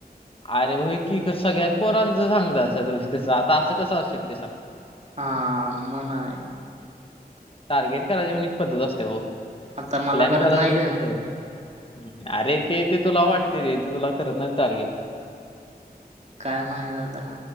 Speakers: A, on the left; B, on the right.
A: अरे होईकी क सगळ्याच पोरांचं सांगतं तुही त्याचं आता असं कसं असू शक ते सांग?
B: ह म नाय
A: टार्गेट करायची पण एक पद्धत असते ओ,
B: आता मला
A: प्लॅन
B: करत
A: करायच
B: नाहीत
A: तर <unintelligible> अरे ते, ते तुला वाटते रे, ते तुला करत नाही टार्गेट
B: काय माहित आता,